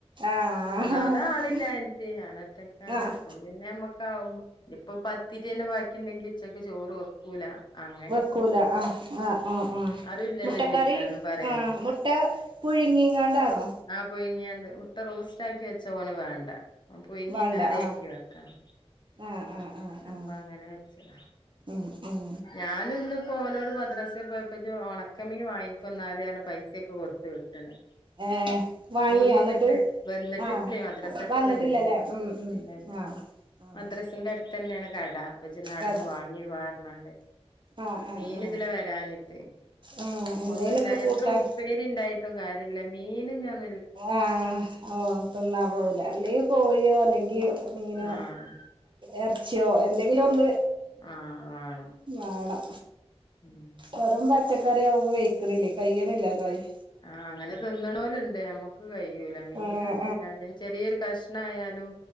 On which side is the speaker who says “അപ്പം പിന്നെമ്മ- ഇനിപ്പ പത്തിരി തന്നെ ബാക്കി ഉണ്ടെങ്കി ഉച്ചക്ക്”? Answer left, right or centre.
Left